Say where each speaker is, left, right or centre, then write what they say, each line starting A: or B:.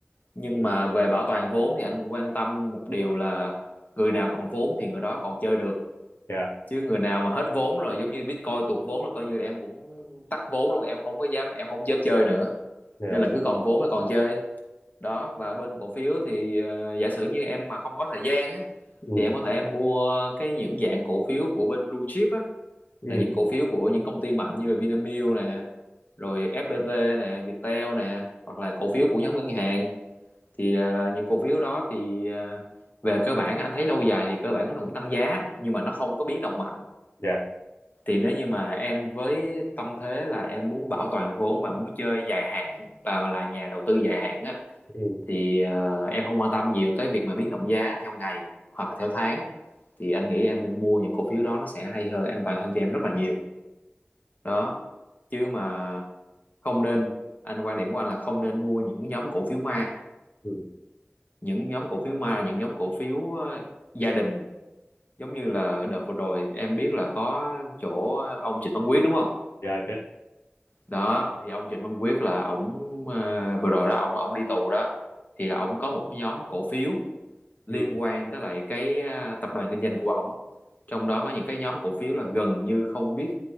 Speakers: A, on the left; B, on the left.
A: nhưng
B: ừ
A: mà về bảo toàn vốn thì anh quan tâm một điều là người nào còn vốn thì người đó còn chơi được
B: dạ
A: chứ người nào mà hết vốn rồi giống như Bitcoin tuột vốn là coi như là em cũng tắt vốn luôn em không có dám em không dám chơi nữa
B: dạ
A: nên là cứ còn vốn là còn chơi đó và bên cổ phiếu thì ờ, giả sử như em mà không có thời gian á
B: ừ
A: thì em có thể em mua cái những dạng cổ phiếu của bên blue chip á
B: ừ
A: là những cổ phiếu của những công ty mạnh như là Vinamilk nè rồi FPT nè Viettel nè hoặc là cổ phiếu của nhóm ngân hàng thì ờ, những cổ phiếu đó thì ờ, về cơ bản anh thấy lâu dài thì cơ bản nó cũng tăng giá nhưng mà nó không có biến động mạnh
B: dạ
A: thì nếu như mà em với tâm thế là em muốn bảo toàn vốn và muốn chơi dài hạn và là nhà đầu tư dài hạn á
B: ừ
A: thì ờ, em không quan tâm nhiều tới việc mà biến động giá theo ngày hoặc là theo tháng thì anh nghĩ em nên mua những cổ phiếu đó nó sẽ hay hơn an toàn hơn cho em rất là nhiều đó chứ mà không nên anh quan điểm của anh là không nên mua những nhóm cổ phiếu ma
B: ừ.
A: những nhóm cổ phiếu ma là những nhóm cổ phiếu ờ, gia đình giống như là đợt vừa rồi em biết là có chỗ ông Trịnh Văn Quyết đúng không
B: dạ biết
A: đó thì ông Trịnh Văn Quyết là ổng ờ, vừa rồi đó ổng ổng đi tù đó thì là ổng có một cái nhóm cổ phiếu liên
B: ừ.
A: quan tới lại cái ờ, tập đoàn kinh doanh của ổng trong đó có những cái nhóm cổ phiếu là gần như không biết